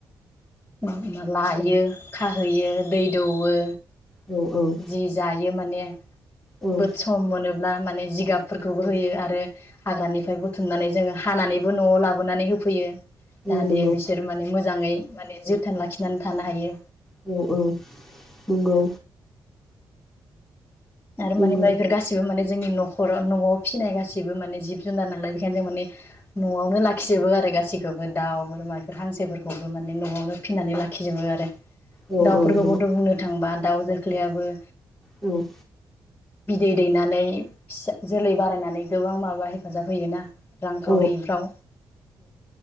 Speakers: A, on the left; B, in the centre.
A: <unintelligible> लाययो खाहैयो दै दौवो।
B: औ
A: जि जायो माने
B: औ
A: बोद सम मोनोब्ला माने जिगाबफोरखौबो होयो आरो हाग्रानिफ्राय बुथुमनानै जोङो हानानैबो न'आव लाबोनानै होफैयो।
B: औ
A: जाहाथे
B: नंगौ
A: बिसोर माने मो मोजाङै माने जोथोन लाखिनानै थानो हायो।
B: औ औ नंगौ
A: आरो माने
B: नंगौ
A: बैफोर गासिबो माने जोंनि न'खराव न'आव फिनाय गाससिबो माने जिब जुनार नांलाय बेखायनो जों माने न'आवनो लाखिजोबो आरो गासै थबो दाउ बोरमान हांसोफोरखौबो माने न'आवनो फिनानै लाखिजोबो आरो
B: औ
A: दाउफोरखौ
B: औ नंगौ
A: बथ' बुंनो थांबा दाउ जोख्लियाबो
B: औ
A: बिदै दैनानै फिसा जोलै बारायनानै गोबां माबा हेफाजाब होयोना रांखावरिफ्राव
B: औ